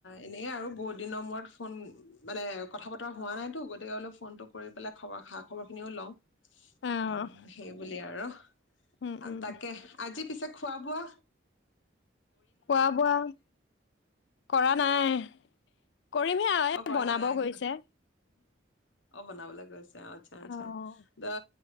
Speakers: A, on the left (about 85°); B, on the left (about 65°).
A: এনে আৰু বহুত দিনৰ মূৰত ফোন মানে কথা বতৰা হোৱা নাইতো গতিকে বোলে ফোনটো কৰি পেলাই খবৰ খা খবৰ খিনিও লওঁ উ,
B: অ',
A: সেইবুলি আৰু।
B: উম,
A: অ
B: উম
A: তাকে আজি পিছত খোৱাবোৱা
B: খোৱা বোৱা, কৰা নাই। কৰিম হে আও
A: অ
B: এই
A: কৰা
B: বনাব
A: নাই
B: গৈছে
A: অ', বনাবলৈ গৈছে। আচ্ছা আচ্ছা,
B: অ'
A: দ